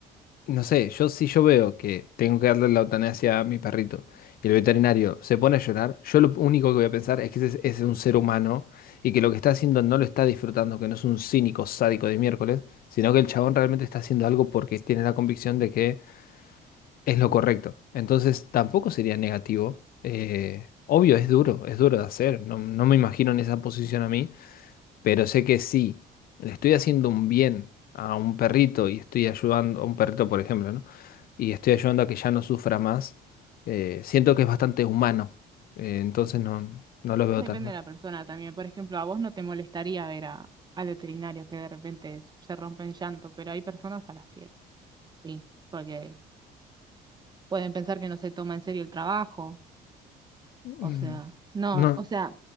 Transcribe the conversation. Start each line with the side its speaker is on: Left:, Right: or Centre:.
Left: no sé, yo si yo veo que tengo que darle la eutanasia a mi perrito y el veterinario se pone a llorar, yo lo único que voy a pensar es que ese es un ser humano y que lo que está haciendo no lo está disfrutando, que no es un cínico sádico de miércoles, sino que el chabón realmente está haciendo algo porque tiene la convicción de que es lo correcto. Entonces tampoco sería negativo. Eh, obvio, es duro, es duro de hacer. No, no me imagino en esa posición a mí pero sé que sí, le estoy haciendo un bien a un perrito y estoy ayudando, a un perrito por ejemplo, ¿no? Y estoy ayudando a que ya no sufra más, eh, siento que es bastante humano, eh, entonces no, no
Right: <laughs>
Left: lo veo
Right: Depende
Left: tan mal.
Right: de la persona también. Por ejemplo, a vos no te molestaría ver a, al veterinario que de repente se rompe en llanto, pero hay personas a las que sí, porque pueden pensar que no se toma en serio el trabajo.
Left: Mm,
Right: O sea, no,
Left: No,
Right: o sea,